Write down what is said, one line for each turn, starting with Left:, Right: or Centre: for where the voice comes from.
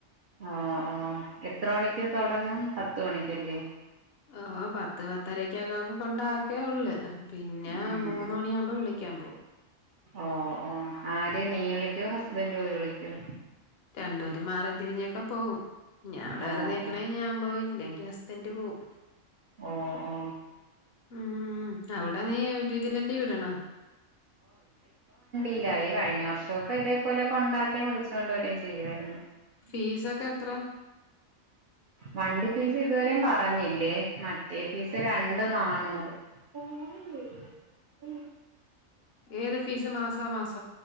Right: ഒ ഓ എത്ര മണിക്ക് തുടങ്ങും
Left: ഉം
Right: പത്ത് മണിക്കല്ലേ
Left: ഓ പത്ത് പത്തരക്കൊക്കെ കൊണ്ടക്കേ ഉള്ളു പിന്നെ
Right: ഉം
Left: മൂന്ന്
Right: ഉം
Left: മണിയാമ്പോ വിളി ളികാൻമ്പൊ
Right: ഓ ഓ ആര് നീ വിളിക്കോ ഹസ്ബന്റോയി വിളിക്കോ
Left: രണ്ടുപേരും മാറും തിരിഞ്ഞൊക്കെ പോവും ഞാൻ ഇവിടെ
Right: ഓ
Left: വേറെ തേക്ക്ണെ
Right: ഓ
Left: ഞാൻ പോവും ഇല്ലെ എന്റെ ഹസ്ബൻഡ് പോവും
Right: ഓ ഓ
Left: ഉം അവിട നീ രീതിലല്ലേ വിടണെ
Right: ഇല്ല ഈ കഴിഞ്ഞ വർഷൊക്കെ ഇതേപോലെ കൊണ്ടാക്കേം വിളിച്ച് കൊണ്ട് വരേം ചെയ്യുവായിരുന്നു
Left: ഫീസ് ഒക്കെ എത്ര
Right: വണ്ടി ഫീസ് ഇതുവരെയും പറഞ്ഞില്ലേ മറ്റേ ഫീസ് രണ്ട് നാന്നൂറ്
Left: <unintelligible>
Right: ഉം ഉം
Left: ഏത് ഫീസ് മാസാ മാസം